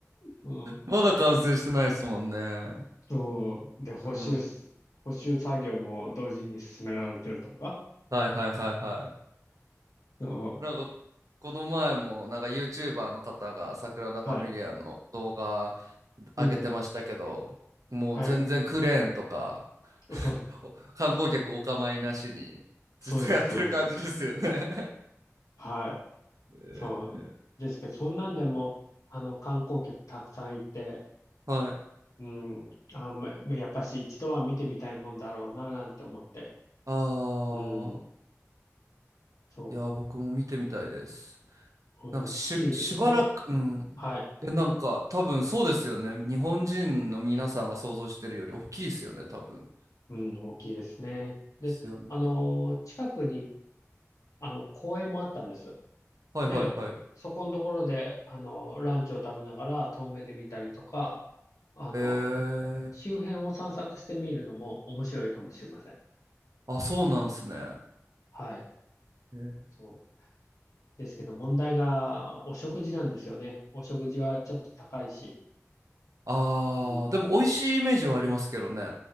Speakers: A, on the left; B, on the right.
A: うん。
B: まだ完成してないですもんね。
A: そう。で、補修す、
B: うん。
A: 補修作業も同時に進められてるとか。
B: はいはいはいは
A: そう
B: い。なんか、この前も、なんか YouTuber の方が、サグラダ・ファミリアの動画
A: ん。はい。うん。
B: 上げてましたけど、もう全然クレーンとか、
A: はい。
B: <laughs>
A: そう、
B: 観光客お構いなしにずっとやってる感じですよね
A: そうです、そうです。はい。
B: <laughs>
A: そう。ですけど、そんなんでも、あの、観光客たくさんいて、
B: はい。
A: うん。あ、ま、まやっぱし一度は見てみたいもんだろうな、なんて思って。
B: ああ、
A: うん。そ
B: いや、僕も見てみたいです。
A: う。
B: なんかし、
A: うん。綺麗ですね。
B: しばらく、うん。
A: はい。
B: え、なんか、多分そうですよね。日本人の皆さんが想像してるより大きいですよね、多分。
A: うん、大きいですね。で、
B: ですよね。
A: あの、近くに、あの、公園もあったんです。
B: はいはいはい。
A: で、
B: へ
A: そこのところで、あの、ランチを食べながら遠目で見たりとか、あの、
B: え。
A: 周辺を散策してみるのも面白いかもしれません。
B: あ、そうなんすね。
A: はい。
B: へえ
A: そう。ですけど、問題が、お食事なんですよね。お食事はちょっと高いし、
B: ああ、
A: うん、
B: でも美味しいイメージはありますけどね。